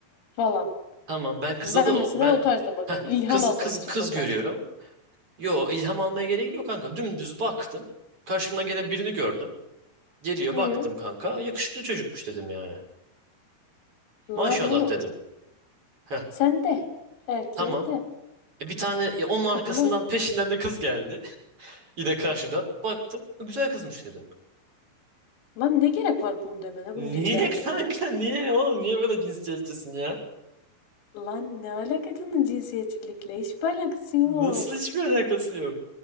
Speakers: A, on the left; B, on the right.
A: falan.
B: tamam ben kıza
A: Hani ben
B: da
A: mesela
B: ben
A: o tarzda bakarım.
B: heh,
A: İlham
B: kız
A: almak
B: kız
A: için
B: kız
A: bakarsın.
B: görüyorum. Yo ilham almaya gerek yok kanka. Dümdüz baktım. Karşımdan gene birini gördüm. Geliyor
A: Hı.
B: baktım kanka. Yakışıklı çocukmuş dedim yani.
A: Lan
B: Maşallah
A: oğlum.
B: dedim. Heh,
A: Sen de. Erkeğe
B: tamam.
A: de.
B: E, bir tane ya onun arkasından
A: Kadına.
B: peşinden de kız geldi. <laughs> Yine karşıdan. Baktım. Güzel kızmış dedim.
A: Lan ne gerek var bunu demene,
B: Niye
A: bunu dillendirmene?
B: kanka niye oğlum niye böyle cinsiyetçisin ya?
A: Lan ne alaka bunun cinsiyetçilikle? Hiçbir alakası yok.
B: Nasıl hiçbir alakası yok.